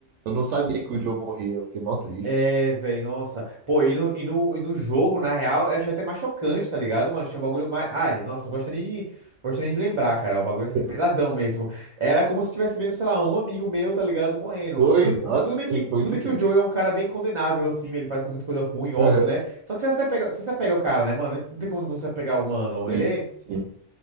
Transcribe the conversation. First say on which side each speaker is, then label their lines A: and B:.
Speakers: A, on the right; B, on the right.
A: Eu não sabia que o Joe morria, eu fiquei mal triste.
B: É, velho, nossa. Pô, e no, e, no, e no jogo, na real, eu achei até mais chocante, tá ligado, mano? Achei um bagulho mais. Ai, nossa, não gosto nem de, gosto nem de lembrar, cara. O bagulho assim,
A: <laughs>
B: pesadão mesmo. Era como se eu estivesse vendo, sei lá, um amigo meu, tá ligado, morrendo.
A: Foi,
B: Tudo, bem-
A: nossa,
B: tudo bem que,
A: foi
B: tudo
A: muito
B: bem que
A: triste.
B: o Joe é um cara bem condenável, assim, ele faz com muita coisa ruim, óbvio,
A: Aham,
B: né? Só que você se apega, você se apega ao cara, né, mano? Não tem como não se apegar ao mano.
A: Sim,
B: Ele é,
A: sim,